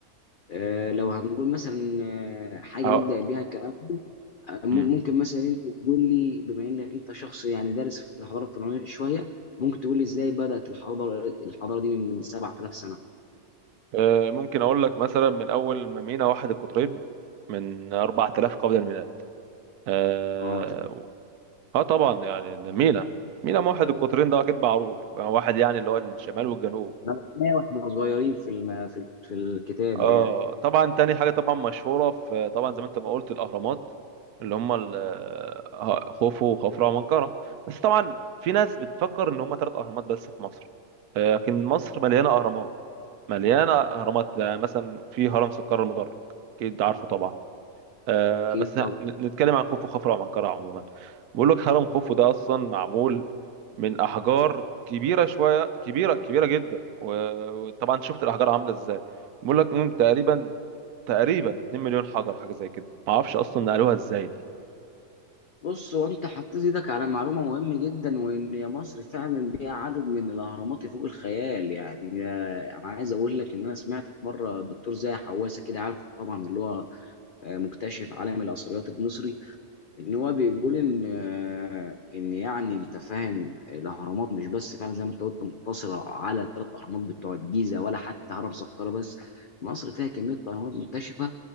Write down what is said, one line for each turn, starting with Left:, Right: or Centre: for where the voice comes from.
Left: آه، لو هنقول مثلا آه، حاجة
Right: أه،
Left: نبدأ بيها الكلام آه، مم-
Right: مم. أمم.
Left: ممكن مثلا انت تقول لي بما انك انت شخص يعني دارس في الحضارة الفرعونية شوية ممكن تقول لي ازاي بدأت الحضارة الحضارة دي من من 7000 سنة
Right: آه، ممكن اقول لك مثلا من اول ما مينا واحد القطرين من 4000 قبل الميلاد اه
Left: اه تمام
Right: آه طبعا يعني ده مينا مينا واحد القطرين ده اكيد معروف واحد يعني اللي هو الشمال والجنوب
Left: بدأناها واحنا صغيرين في الم... في في الكتاب
Right: اه
Left: يعني
Right: طبعا تاني حاجه طبعا مشهوره في طبعا زي ما انت ما قلت الاهرامات اللي هم ال- آه، خوفو وخفرع ومنقرع بس طبعا في ناس بتفكر ان هم ثلاث اهرامات بس في مصر آه، لكن مصر مليانه اهرامات مليانه اهرامات آه، مثلا في هرم سكر المدرج اكيد عارفه طبعا آه
Left: اكيد
Right: بس ه- ن- نتكلم عن خوفو خفرع ومنقرع عموما بقول لك هرم خوفو ده اصلا معمول من احجار كبيره شويه كبيره كبيره جدا و- وطبعا شفت الاحجار عامله ازاي بقول لك مم، تقريبا تقريبا 2 مليون حجر حاجه زي كده ما اعرفش اصلا نقلوها ازاي دي
Left: بص هو انت حطيت ايدك على معلومه مهمه جدا وان يا مصر فعلا بيها عدد من الاهرامات فوق الخيال يعني يا- انا عايز اقول لك ان انا سمعت مره الدكتور زاهي حواسه كده عارف طبعا اللي هو آه، مكتشف عالم الاثريات المصري ان هو بيقول ان آه، ان يعني انت فاهم الاهرامات مش بس فعلا زي ما انت قلت مقتصره على الثلاث اهرامات بتوع الجيزه ولا حتى هرم سقارة بس مصر فيها كميه اهرامات مكتشفه